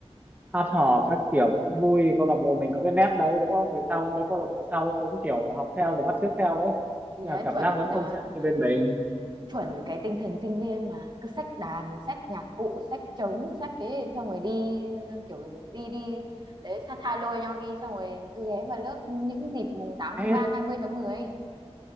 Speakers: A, on the right (about 15°); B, on the right (about 40°).
A: hát hò các kiểu cũng vui câu lạc bộ mình có cái nét đấy đúng không về sau mấy câu lạc bộ sau cũng kiểu học theo rồi bắt chước theo đấy
B: thì
A: nhưng
B: đấy
A: mà cảm
B: chuẩn
A: giác vẫn không
B: ờ,
A: chất như bên mình
B: chuẩn cái tinh thần sinh viên mà cứ xách đàn xách nhạc cụ xách trống xách cái xong rồi đi kiểu đi đi đấy tha tha lôi nhau đi xong rồi cứ ghé vào lớp những dịp mùng tám tháng
A: ê,
B: ba hai mươi tháng 10 ấy.